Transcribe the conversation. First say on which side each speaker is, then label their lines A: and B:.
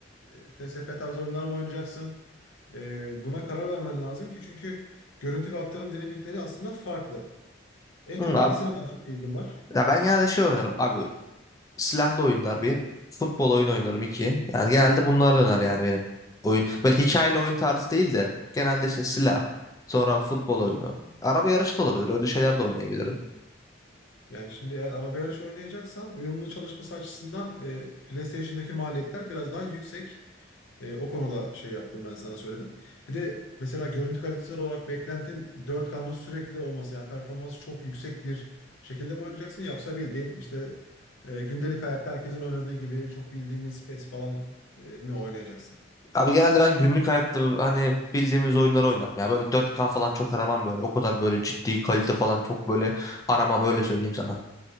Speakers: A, on the left; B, on the left.
A: e, FSP tarzı oyunlar mı oynayacaksın? E, buna karar vermen lazım ki çünkü görüntü ve aktarım dinamikleri aslında farklı. En
B: Hı,
A: çok
B: abi,
A: hangisine daha çok ilgin var?
B: ya ben genelde şey oynarım abi. Silahlı oyunlar bir, futbol oyunu oynarım iki. Yani genelde bunlar döner yani benim oyun. Böyle hikayeli oyun tarzı değil de genelde işte silah, sonra futbol oyunu. Araba yarışı da olabilir. Öyle şeyler de oynayabilirim.
A: Yani şimdi eğer araba yarışı oynayacaksan uyumlu çalışması açısından e, PlayStation'daki maliyetler biraz daha yüksek. E, o konuda şey yaptım ben sana söyledim. Bir de mesela görüntü kalitesi olarak beklentin dört knın sürekli olması yani performans çok yüksek bir şekilde mi oynayacaksın yoksa bildiğin işte e, gündelik hayatta herkesin oynadığı gibi çok bildiğimiz PES falan e, mi oynayacaksın?
B: Abi genelde ben günlük hayatta hani bildiğimiz oyunları oynarım. Ya böyle dört k falan çok aramam böyle. O kadar böyle ciddi kalite falan çok böyle aramam öyle söyleyeyim sana.